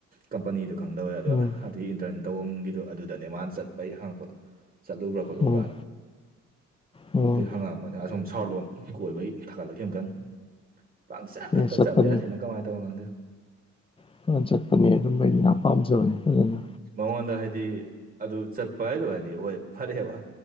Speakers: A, on the right (about 30°); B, on the left (about 20°).
A: ꯀꯝꯄꯅꯤꯗꯨ ꯈꯪꯗꯕꯩ ꯑꯗꯣ
B: ꯎꯝ
A: ꯑꯗꯨꯒꯤ ꯏꯟꯇ꯭ꯔꯟ ꯇꯧꯕꯝꯒꯤꯗꯣ ꯑꯗꯨꯗꯅꯦ ꯃꯥꯅ ꯆꯠꯄꯩ ꯍꯥꯡꯉꯛꯄ ꯆꯠꯂꯨꯕ꯭ꯔꯥ ꯈꯣꯠꯂꯨꯕ꯭ꯔꯅ
B: ꯎꯝ ꯎꯝ
A: ꯑꯗꯨꯗꯩ ꯍꯪꯉꯛꯑꯝꯕꯅꯦ ꯑꯁꯣꯝ ꯁꯥꯎꯊ ꯂꯣꯝ ꯀꯣꯏꯕꯩ ꯊꯥꯒꯠꯂꯛꯈꯤꯕ ꯀꯟ ꯄꯪꯆꯠꯇ
B: ꯑꯦ ꯆꯠꯄꯅꯤ
A: ꯆꯠꯂꯦ ꯑꯁꯤꯅ ꯀꯃꯥꯏꯅ ꯇꯧꯕꯅꯣ ꯈꯪꯗꯦ
B: <inaudible> ꯆꯠꯄꯅꯦ ꯑꯗꯨꯝꯕꯩꯗꯤ ꯌꯥꯝ ꯄꯥꯝꯖꯕꯅꯦ ꯐꯖꯅ
A: ꯃꯉꯣꯟꯗ ꯍꯥꯏꯗꯤ ꯑꯗꯨ ꯆꯠꯄ ꯍꯥꯏꯗꯣ ꯍꯥꯏꯗꯤ ꯍꯣꯏ ꯐꯔꯦꯕ